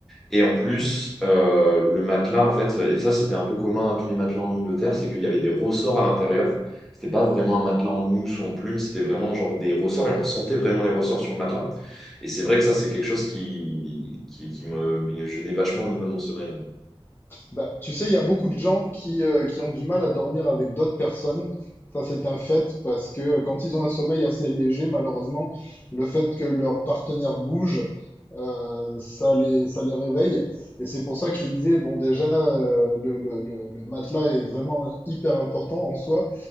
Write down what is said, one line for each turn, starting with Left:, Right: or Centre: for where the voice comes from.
Centre: Et en plus, euh, le matelas, en fait, et ça c'était un peu commun à tous les matelas en Angleterre, c'est qu'il y avait des ressorts à l'intérieur. C'était pas vraiment un matelas en mousse ou en plume, c'était vraiment genre des ressorts et on sentait vraiment les ressorts sur le matelas. Et c'est vrai que ça, c'est quelque chose qui, qui, qui me, me gênait vachement au niveau de mon sommeil.
Left: Bah, tu sais, il y a beaucoup de gens qui, euh, qui ont du mal à dormir avec d'autres personnes. Ça, c'est un fait parce que euh, quand ils ont un sommeil assez léger, malheureusement, le fait que leur partenaire bouge, euh, ça les, ça les réveille. Et c'est pour ça que je te disais, bon, déjà, euh, le, le, le, le matelas est vraiment hyper important en soi